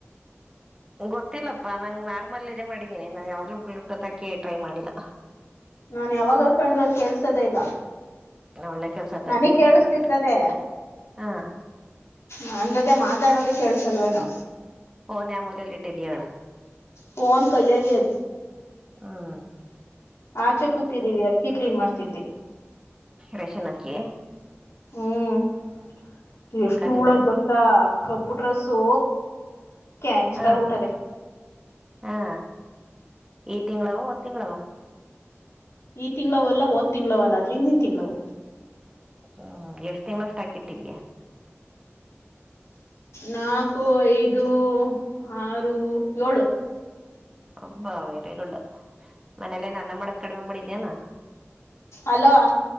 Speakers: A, on the right; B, on the left.
A: ಗೊತ್ತಿಲ್ಲಪ್ಪಾ ನಂಗ್ ನಾರ್ಮಲ್ ಇದದೆ ಮಾಡಿದ್ದೀನಿ ನಾನನ್ ಯಾವಲೂ ಹುಳ ಹಟ್ಟತ್ ಹಾಕಿ ಟ್ರೈ ಮಾಡಿಲ್ಲ
B: ನಾು ಯಾವಾಗ ಹ ಕಂಡ್ರೂ ಕೆಲ್ಸದೇ ಇಲ್ಲ
A: ಒಳ್ಳೆ ಕೆಲ್ಸ
B: ನನಗ್
A: ತೆಗ್ದಿಟ್ಬಿಟ್ಟು
B: ಕೇಳಸ್ತಿರ್ತದೆ
A: ಮಾತಾಡ ಹಾ
B: ನನ್ ಜೊತೆ ಮಾತಾಡೋ್ರ ಕೇಳಸಲ್ವೇನು
A: ಫೋನ್ ಯ ಮೂಲೆಯಲ್ಲಿ ಇಟ್ಟಿದ್ದೀ ಹೇಳ
B: ಫೋನ್ ಕೆ ಗದ
A: ಹ್ಮ್
B: ಆಚೆ ಕೂತಿದ್ದೀವಿ ಅಕ್ಕಿ ಕ್ಲೀನ್ ಮಾಡ್ತಿದಿದ್ದಿ
A: ರಶನಕ್ಕೆ
B: ಹ್ಮ್ ಎಷ್ಟ
A: ಕಲ್ಲಿನ
B: ಉೂಳದ್ ಗೊತ್ತಾ ಕಪ್ಪು ಡ್ರಸ್ಸು ಕ್ಯಾ ಇಂಚ
A: ಹಾ
B: ಕ ಊಟದೆ
A: ಹಾ ಈ ತಿಂಗಳಾವ ಒ ತಿಂಗಳಾವ
B: ಈ ತಿಂಗಳವಲ್ಲ ಹೋದ್ ತಿಂಗಳವಲ್ಲ ಅದ್ರಿಂದಿನ ತಿಂಗಳವು
A: ಹ್ಮ್ ಎಷ್ಟ್ ತಿಂಗ್ಳಷ್ಟ ಹಾಕಿಟ್ಟಿದ್ಯಾ
B: ನಾಕು ಐದು ಆರು ಏಳು
A: ಹಬ್ಬಾ ವೆರಿ ಗುಡ್ ಮನೇಲ್ಲೇ ನನ್ನ ಮಾಡದ ಕಡಿಮೆ ಮಾಡಿದ್ಯಾನ
B: ಅಲೋ